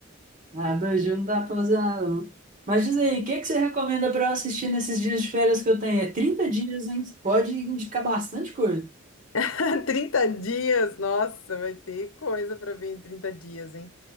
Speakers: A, on the right; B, on the left.
A: Ah, dois dias não dá pra fazer nada, não. Mas diz aí, o que que você recomenda para eu assistir nesses dias de férias que eu tenho? É 30 dias, hein? Pode indicar bastante coisa.
B: <laughs> 30 dias, nossa, vai ter coisa pra ver em 30 dias, hein?